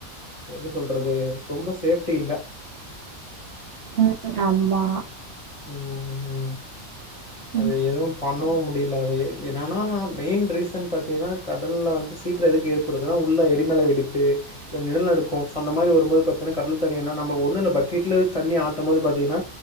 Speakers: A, on the left; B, on the right.
A: எப்டி சொல்றது ரொம்ப சேஃப்ட்டி இல்ல.
B: ம் ஆமா
A: ம் ம் அது
B: ம்.
A: எதுவும் பண்ணவும் முடிய ல்ல அது எ என்னனா மெயின் ரீசன் பாத்தீங்கன்னா கடல்ல வந்து சீற்ற எதுக்கு ஏற்படுதுன்னா உள்ள எரிமல வெடிப்பு இல்ல நிலநடுக்கோ சோ அந்த மாரி வரும்போது பாத்தினா கடல் தண்ணி என்னா நம்ப ஒன்னு இல்ல பக்கெட்ல தண்ணி ஆட்டம் போது பாத்தீங்கன்னா